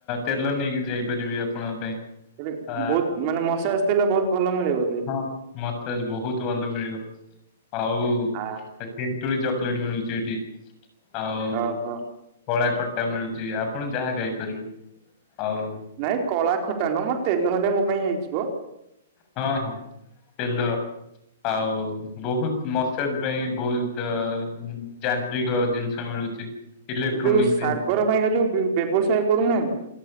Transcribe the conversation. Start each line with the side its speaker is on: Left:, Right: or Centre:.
Left: ତେଲ ନେଇକି ଯାଇପାରିବି ଆପଣଙ୍କ ପାଇଁ।
Right: ସେ
Left: ଆ
Right: ବହୁତ ମାନେ ମସାଜ ତେଲ ବହୁତ ଭଲ ମିଳେ ବଧେ?
Left: ହଁ ମସାଜ ବହୁତ ଭଲ ମିଳିବ। ଆଉ।
Right: ଆ
Left: ତେନ୍ତୁଳି ଚକଲେଟ ମିଳୁଛି ଏଇଠି ଆଉ
Right: ଓହୋ
Left: କଳା ଖଟା ମିଳୁଛି, ଆପଣ ଯାହା ଗାଇପାରିବେ ଆଉ
Right: ନାଇଁ କଳା ଖଟା ନୁହଁ, ମୋ ତେଲ ହେଲେ ମୋ ପାଇଁ ହେଇଯିବ।
Left: ହଁ ହଁ ତେଲ ଆଉ ବହୁତ ମସାଜ ପାଇଁ ବହୁତ ଯାନ୍ତ୍ରିକ ଜିନିଷ ମିଳୁଛି, ଇଲେକ୍ଟ୍ରୋନିକ୍ସ
Right: କିନ୍ତୁ
Left: ଜିନିଷ।
Right: <inaudible> ବ୍ୟବସାୟ କରୁନାହାନ୍ତି?